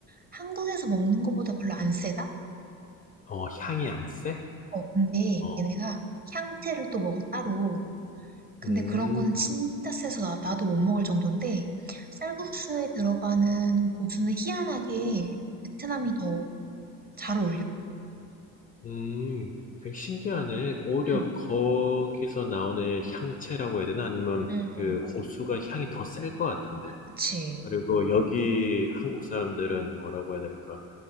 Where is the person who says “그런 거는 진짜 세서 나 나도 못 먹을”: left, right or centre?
Right